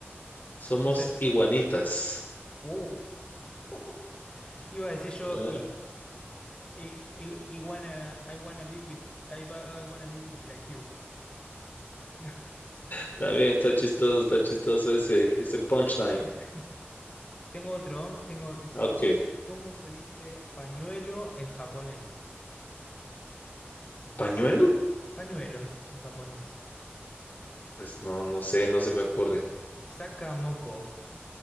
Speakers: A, on the left (about 45°); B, on the left (about 25°).
A: Somos
B: no sé.
A: iguanitas.
B: Uf. <laughs> Iba a decir yo,
A: Ah,
B: y, y, y- I wanna, I wanna be with, I, ba- I wanna be like you. <laughs>
A: está bien, está chistoso, está chistoso ese, ese punchline.
B: <laughs> Tengo otro, tengo, dice,
A: Ah,
B: ¿cómo,
A: Ok.
B: cómo se dice pañuelo en japonés? Es un clásico.
A: ¿Pañuelo?
B: Pañuelo en japonés.
A: Pues no, no sé, no se me ocurre.
B: Sakamoko. <laughs>